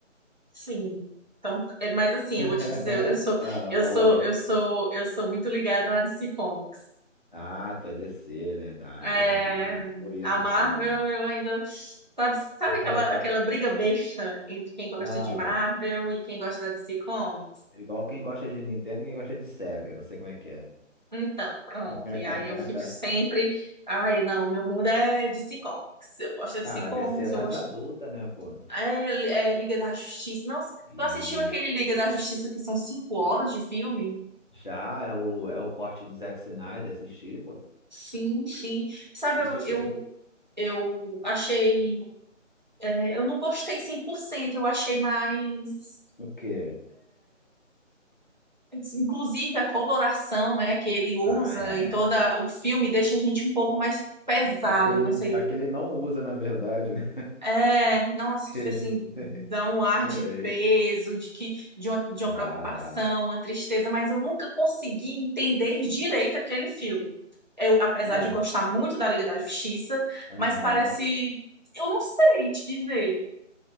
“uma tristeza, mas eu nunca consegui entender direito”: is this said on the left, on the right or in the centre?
Right